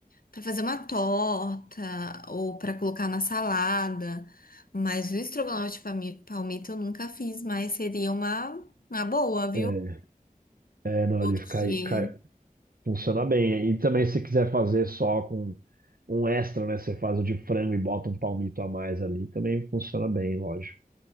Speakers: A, on the left; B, on the right.
A: para fazer uma torta ou para colocar na salada. Mas o estrogonofe de palmi- palmito eu nunca fiz, mas seria uma, uma boa, viu?
B: É, é, não,
A: Porque,
B: ele cai, cai- funciona bem. E também se você quiser fazer só com um extra, né? Você faz o de frango e bota um palmito a mais ali, também funciona bem, lógico.